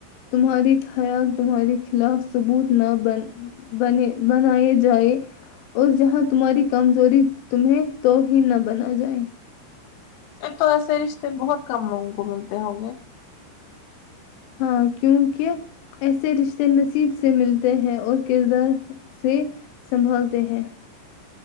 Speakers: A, on the left; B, on the left.
A: تمہارے خیال تمہارے خلاف ثبوت نہ بن بنے بنائے جائے اور جہاں تمہاری کمزوری تمہیں توہین نہ بنا جائے
B: تو ایسے رشتے بہت کم لوگوں کو ملتے ہوں گے
A: ہاں کیوں کے ایسے رشتے نصیب سے ملتے ہیں اور کردار سے سنبھالتے ہیں